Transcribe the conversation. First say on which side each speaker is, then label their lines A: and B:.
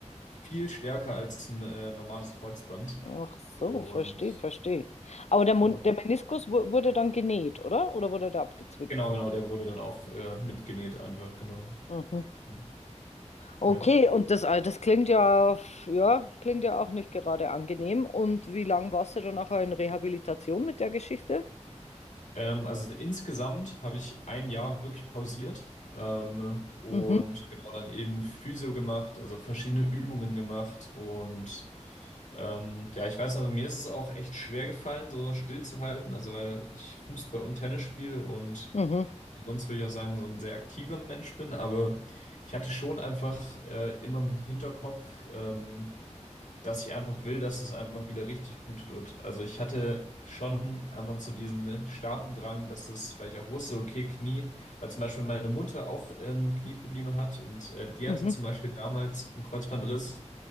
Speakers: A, on the left; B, on the left.
A: viel stärker als ein äh, normales Kreuzband.
B: Ach so,
A: Und
B: verstehe, verstehe. Aber der Mund,
A: genau,
B: der Meniskus wu- wurde dann genäht, oder? Oder wurde der abgezwickt?
A: genau, genau, der wurde dann auch äh, mitgenäht einfach, genau.
B: Mhm.
A: Ja.
B: Okay,
A: Ja.
B: und das, äh, das klingt ja, ja, klingt ja auch nicht gerade angenehm. Und wie lang warst du dann nachher in Rehabilitation mit der Geschichte?
A: Ähm, also insgesamt habe ich ein Jahr wirklich pausiert ähm, und
B: Mhm,
A: genau dann eben Physio gemacht, also verschiedene Übungen gemacht und ähm, ja, ich weiß noch, mir ist es auch echt schwer gefallen, so stillzuhalten, also weil ich Fußball und Tennis spiele und
B: mhm,
A: sonst würde ich auch sagen, so ein sehr aktiver Mensch bin, aber ich hatte schon einfach äh, immer im Hinterkopf, ähm, dass ich einfach will, dass es einfach wieder richtig gut wird. Also ich hatte schon einfach so diesen ne, starken Drang, dass es, weil ich auch wusste, okay, Knie, weil zum Beispiel meine Mutter auch ähm, Knieprobleme hat und äh, die
B: mhm.
A: hatte zum Beispiel damals einen Kreuzbandriss